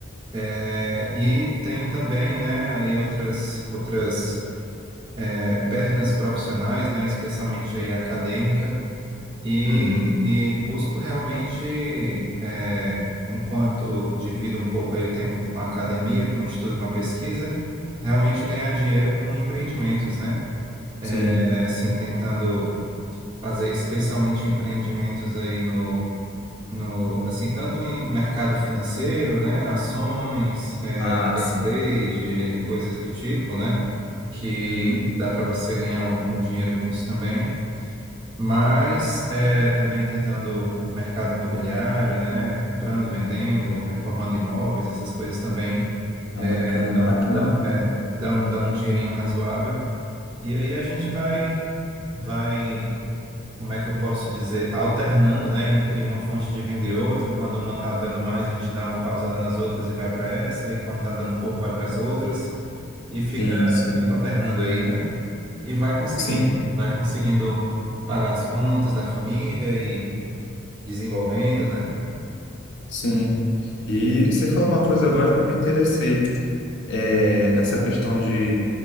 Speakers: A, on the right; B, on the left.
A: É, e tenho também, né, aí outras outras é, pernas profissionais, né, especialmente aí a acadêmica. E,
B: uhum.
A: e busco realmente, é, enquanto divido um pouco aí o tempo com a academia, com o estudo, com a pesquisa, realmente ganhar dinheiro com empreendimentos, né?
B: Sim.
A: É, assim, tentando fazer especialmente empreendimentos aí no, no, assim, tanto em mercado financeiro, né? Ações, é,
B: Ah,
A: day
B: sim.
A: trade, é, coisas do tipo, né? Que
B: Uhum.
A: dá para você ganhar algum dinheiro com isso também mas é, também tentando mercado imobiliário, né? Comprando, vendendo, reformando imóveis, essas coisas também
B: Ah,
A: é,
B: bacana,
A: dão,
B: bacana.
A: dão, é, dão, dão um dinheirinho razoável. E aí a gente vai, vai, como é que eu posso dizer, alternando, né, entre uma fonte de renda e outra. Quando uma está dando mais, a gente dá uma pausada nas outras e vai para essa, e quando está dando pouco, vai para as outras, e
B: Sim,
A: fica,
B: sim.
A: fica alternando aí, né? E vai conseguindo,
B: Sim,
A: vai conseguindo pagar as contas da família e desenvolvendo, né?
B: sim. E você falou uma coisa agora que eu me interessei. É, essa questão de